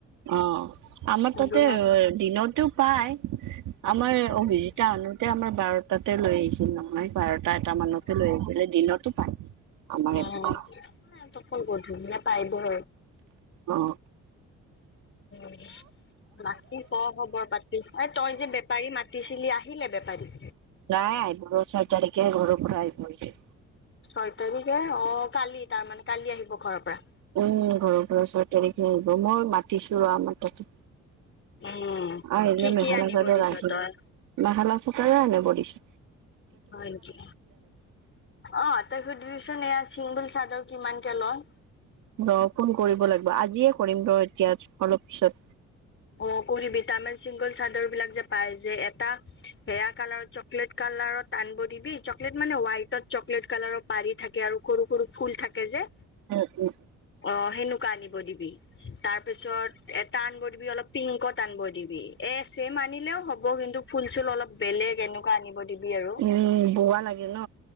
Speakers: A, on the right; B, on the left.
A: অ আমাৰ তাতে
B: দিনত
A: দিনতো পায় আমাৰ
B: উম।
A: অভিজিতা আনোতে আমাৰ বাৰটাতে লৈ আহিছিল নহয় বাৰটা এটা মানতে লৈ আহিছিলে দিনতো পায় আমাৰ
B: অঁ
A: এইফালে।
B: ইয়াত অকল গধূলিহে পাই ভৰ
A: অ
B: উম বাকি ক খবৰ পাতি অই তই যে বেপাৰী মাতিছিলি আহিলে বেপাৰী
A: নাই আহিব বোৰ ছয় তাৰিখে ঘৰ পৰা আহিব
B: ছয় তাৰিখে অ কালি তাৰমানে কালি আহিব ঘৰৰ পৰা
A: উম ঘৰৰ পৰা ছয় তাৰিখে আহিব মই মাতিছো ৰ আমাৰ তাতে
B: উম,
A: আহিলে
B: কি
A: মেখেলা
B: কি আনিব
A: চাদৰ
B: দিছ
A: আহিল
B: তই?
A: মেখেলা চাদৰে আনিব দিছে
B: হয় নেকি অ তই সুধিবচোন এয়া চিংগল চা দৰ কিমানকে লয়
A: ৰ ফোন কৰিব লাগিব আজিয়ে কৰিম ৰ এতিয়া অলপ পিছত
B: অ কৰি ভিটামিন চিংগল চাদৰ বিলাক যে পায় যে এটা হেয়া কালাৰ চকলেট কা লাৰত আনব দিবি চকলেট মানে হোৱাইটত চকলেট কালাৰৰ পাৰি থাকে আৰু সৰু সৰু ফুল থাকে যে
A: উম উম
B: অ সেনেকোৱা আনব দিবি তাৰপিছত এটা আনব দিবি অলপ পিংকত আনব দিবি এ চেম আনিলেও হ'ব কিন্তু ফুল চুল অলপ বেলেগ এনেকোৱা আনিব দিবি আৰু
A: উম বোৱা লাগে ন